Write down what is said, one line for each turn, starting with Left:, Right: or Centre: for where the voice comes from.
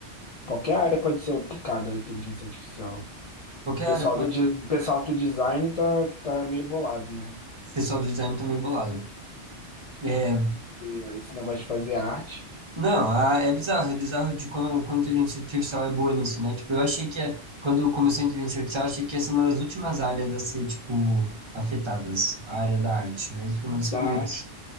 Left: qualquer área pode ser aplicada à inteligência artificial. O
Right: Qualquer
Left: pessoal
Right: área pode.
Left: do, de- o pessoal do design tá, que tá meio bolado, né?
Right: O pessoal do design tá meio bolado. É,
Left: E Esse negócio de fazer arte,
Right: não, a- é bizarro, é bizarro de como, como a inteligência artificial é boa nisso, né? Tipo, eu achei que é- quando começou a inteligência artificial, eu achei que ia ser uma das últimas áreas a ser, tipo, afetadas, a área da arte, mas foi uma das primeiras.
Left: da arte.